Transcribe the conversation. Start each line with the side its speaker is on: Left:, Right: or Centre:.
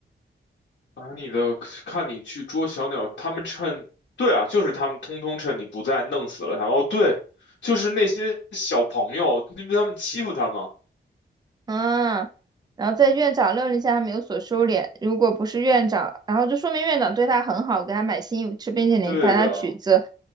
Left: 把你的看你去捉小鸟，他们趁，对啊，就是他们通通趁你不在弄死了他们哦，对，就是那些小朋友，因为他们欺负他们。
Right: 嗯。然后在院长命令下，他们有所收敛。如果不是院长，然后就说明院长对他很好，给他买新衣服、吃冰淇淋、
Left: 对的，
Right: 弹他曲子，